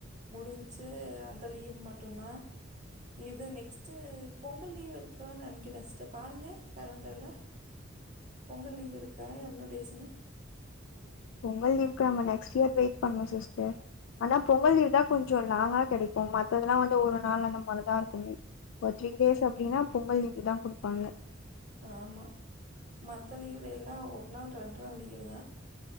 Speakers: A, on the right; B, on the left.
A: முடிஞ்ச்சு அந்த லீவு மட்டுந்தா இது நெக்ஸ் ட்டு பொங்கல் லீவ் இருக்கு நெனைக்கிறே சிஸ்டர் பாருங்க கேலண்டர்ல. பொங்கல் லீவ் இருக்கா எவ்ளோ டேஸ்ன்னு.
B: பொங்கல் லீவ்க்கு நம்ம நெக்ஸ்ட் இயர் வெயிட் பண்ணு சிஸ்டர். ஆனா பொங்கல் லீவுதா கொஞ்சோ லாங்கா கெடைக்கு மத்ததெல்லா வந்து ஒரு நாள் அந்த மாரிதா இருக்கும். ஒர் த்ரீ டேஸ்
A: ஆ
B: அப்டினா பொங்கல் லீவுக்குதா குடுப்பாங்க.
A: ஆமா மத்த லீவ் எல்லா ஒரு நாள் ரெண்டு நாள் லீவுதா.